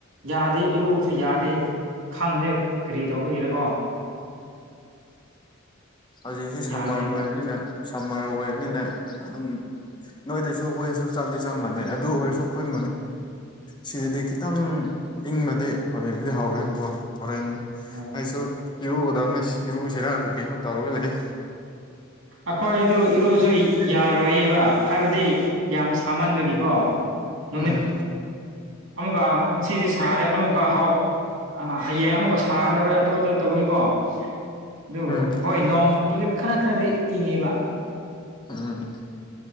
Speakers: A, on the right (about 65°); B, on the left (about 20°).
A: ꯌꯥꯗꯦ ꯏꯔꯨꯕꯁꯨ ꯌꯥꯗꯦ ꯈꯥꯡꯕꯅ ꯀꯔꯤ ꯇꯧꯕꯒꯤꯔꯀꯣ
B: ꯍꯧꯖꯤꯛ ꯁꯤ ꯁꯝꯃꯔꯔꯕ
A: ꯌꯥꯗꯦꯕ
B: ꯍꯥꯏꯕꯅꯤꯅ ꯁꯝꯃꯔ ꯑꯣꯏꯕꯅꯤꯅ ꯑꯗꯨꯝ ꯅꯣꯏꯗꯁꯨ ꯑꯩꯈꯣꯏꯗꯁꯨ ꯆꯞꯗꯤ ꯆꯝꯕꯅꯦ ꯑꯗꯨ ꯑꯣꯏꯔꯁꯨ ꯑꯩꯈꯣꯏ ꯁꯤꯗꯗꯤ ꯈꯤꯇꯪ ꯏꯪꯃꯗꯤ ꯍꯧꯖꯤꯛꯕꯨꯗꯤ ꯍꯧꯥꯎꯔꯦꯕꯀꯣ ꯍꯣꯔꯦꯟ
A: ꯍꯣꯏ
B: ꯑꯩꯁꯨ ꯏꯔꯨꯒꯗꯕꯅꯦ ꯏꯔꯨꯁꯤꯔ ꯀꯦ ꯀꯩꯅꯣ ꯇꯧꯔꯒ ꯂꯩ
A: ꯑꯩꯈꯣꯏꯗꯨ ꯏꯔꯨꯁꯨ ꯌꯥꯔꯣꯏꯌꯦꯕ ꯍꯥꯏꯕꯗꯤ ꯌꯥꯝ ꯁꯥꯃꯟꯕꯒꯤꯀꯣ ꯅꯨꯃꯤ
B: ꯎꯝ
A: ꯑꯃꯨꯛꯀ ꯉ ꯁꯤ ꯁꯥꯔꯦ ꯑꯃꯨꯛꯀ ꯍꯥꯎ ꯍꯌꯦꯡ ꯑꯃꯨꯛꯀ ꯁꯥꯗꯧꯔꯦ ꯑꯗꯨꯗ ꯇꯧꯕꯒꯤꯀꯣ ꯑꯗꯨ
B: ꯎꯝ
A: ꯍꯣꯏ ꯅꯣꯡꯗꯤ ꯈꯔ ꯈꯔꯗꯤ ꯏꯪꯉꯤꯕ
B: ꯎꯝ